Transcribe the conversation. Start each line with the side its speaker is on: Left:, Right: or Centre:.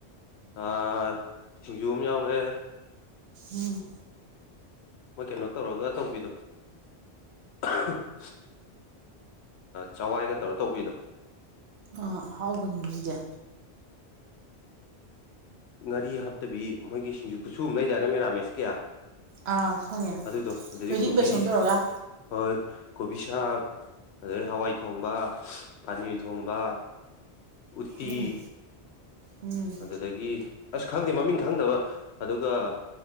Left: ꯑ ꯁꯤꯡꯖꯨ ꯑꯃ ꯌꯥꯎꯔꯦ
Right: ꯎꯝ
Left: ꯃꯣꯏ ꯀꯩꯅꯣ ꯇꯧꯔꯒ ꯇꯧꯕꯤꯗꯣ <unintelligible> ꯆꯋꯥꯏꯒ ꯇꯧꯔ ꯇꯧꯕꯤꯗꯣ
Right: ꯑꯥ ꯍꯥꯎꯕꯅꯤꯅꯦꯗꯨꯗꯤ
Left: ꯉꯥꯔꯤ ꯍꯥꯞꯇꯕꯤ ꯃꯣꯏꯒꯤ ꯁꯤꯡꯖꯨ ꯈꯨꯠꯁꯨ ꯑꯃ ꯂꯩꯗꯥꯏꯅꯦ ꯃꯦꯔꯥꯃꯦꯁꯀꯤ
Right: ꯑꯥ ꯈꯪꯉꯦ
Left: ꯑꯗꯨꯗꯣ ꯑꯗꯒꯤ
Right: ꯊꯣꯏꯗꯤꯡ
Left: ꯀꯣꯕꯤ
Right: ꯕꯦꯁꯣꯟ ꯇꯧꯔꯒ
Left: <unintelligible> ꯀꯣꯕꯤ ꯁꯥꯛ ꯑꯗꯒꯤ ꯍꯋꯥꯏ ꯊꯣꯡꯕ ꯄꯅꯤꯔ ꯊꯣꯡꯕ ꯎꯠꯇꯤ
Right: ꯎꯝ ꯎꯝ
Left: ꯑꯗꯨ <unintelligible> ꯑꯁ ꯈꯪꯗꯦ ꯃꯃꯤꯡ ꯈꯪꯗꯕ ꯑꯗꯨꯒ